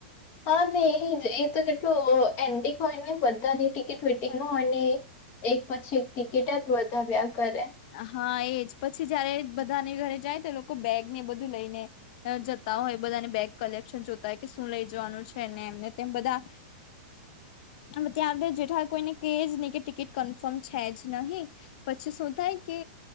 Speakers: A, on the left (about 40°); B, on the left (about 55°).
A: હા નહી એ એ તો કેટલું એન્ટિક હોય ને બધાની ટીિકિટ ટ્વિટિંગમાં હોય ને એ એક પછી એક ટિકિટ જ વધાવ્યા કરે.
B: હા એજ પછી જયારે બધાને ઘરે જાય તો લોકો બેગ ને બધું લઈને જત હોય બધાની બેગ કલેક્શન જોતા હોય કે શું લઈ જવાનું છે ને એમને તેમ બધા
A: <inaudible>
B: હ ત્યાં જેઠા કોઈને કેજ નહી કે ટિકિટ કન્ફર્મ છે જ નહીિ પછી સુ થાય કે